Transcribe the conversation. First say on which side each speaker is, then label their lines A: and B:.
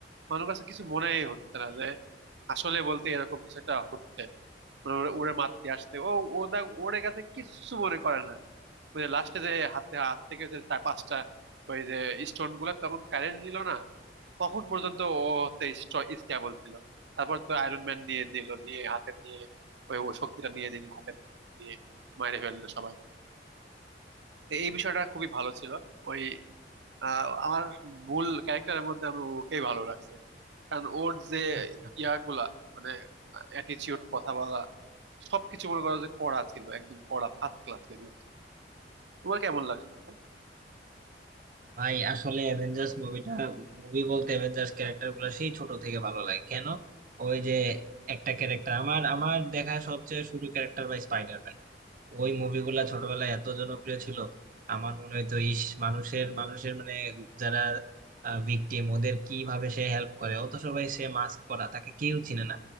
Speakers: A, on the right; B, on the right.
A: মানুষ কাছে কিছু মনেই হচ্ছে না যে আসলে বলতে এরকম কিছু একটা হচ্ছে মানে ওরে ওরে মারতে আসতে ও ওদের ওরে কাছে কিচ্ছু মনে করে না ওই যে লাস্টে যে হাতে হাত থেকে যে চার পাঁচটা ওই যে স্টোন গুলা তখন কারেন্ট নিল না তখন পর্যন্ত ও হচ্ছে স্টেবল ছিল তারপর তো আয়রন ম্যান নিয়ে দিল নিয়ে হাতে নিয়ে ওই ও শক্তিটা নিয়ে দিল হাতে নিয়ে মেরে ফেললো সবাই তো এই বিষয়টা খুবই ভালো ছিল ওই আহ, আমার মূল ক্যারেক্টারের মধ্যে আমি ওকেই ভালো লাগছে কারণ ওর যে
B: আচ্ছা
A: ইয়াগুলা মানে অ্যাটিচিউড কথা বলা সবকিছু মনে করো যে কড়া ছিল একদম কড়া ফার্স্ট ক্লাস লেভেল তোমার কেমন লাগছে এটা?
B: ভাই আসলে অ্যাভেঞ্জার্স মুভিটা মুভি বলতে অ্যাভেঞ্জার্স ক্যারেক্টার গুলো সেই ছোট থেকে ভালো লাগে কেন ওই যে একটা ক্যারেক্টার আমার আমার দেখা সবচেয়ে শুরু ক্যারেক্টার ভাই স্পাইডারম্যান ওই মুভিগুলা ছোটবেলায় এত জনপ্রিয় ছিল আমার মনে হইতো ইস মানুষের মানুষের মানে যারা ভিকটিম ওদের কিভাবে সে হেল্প করে অত সবাই সে মাস্ক পরা তাকে কেউ চিনে না